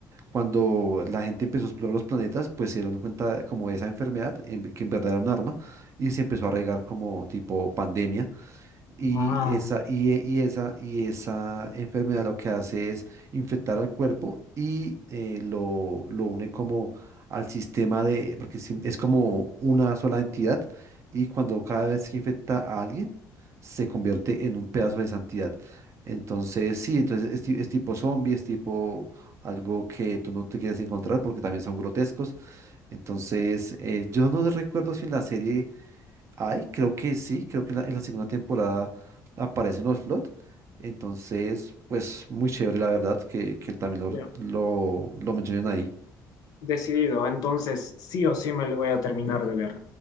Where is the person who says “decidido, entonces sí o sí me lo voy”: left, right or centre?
Left